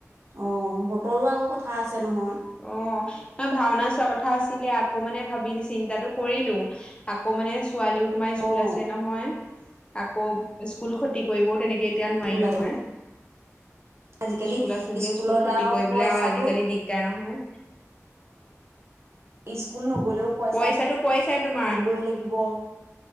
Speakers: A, on the right; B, on the left.
A: অহ বতৰো আকৌ কথা আছে নহয়।
B: অহ মই ভাওনা চোৱা কথা আছিলে আকৌ মানে ভাবিলো চিন্তাটো কৰিলো আকৌ মানে। ছোৱালীও তোমাৰ স্কুল
A: অ',
B: আছে নহয়। আকৌ স্কুল ক্ষতি কৰিবও তেনেকে। এতিয়া নোৱাৰি
A: ওলাইছে
B: নহয়
A: অ', আজিকালি
B: স্কুল আছে যে
A: স্কুলত
B: স্কুল ক্ষতি
A: আৰু
B: কৰিবলে
A: পইচাটো
B: আৰু আজিকালি দিগদ। নহয়।
A: ইচ। স্কুল নগ'লেও পইচা
B: পইচাটো পইচাই তোমাৰ।
A: দিবই লাগিব।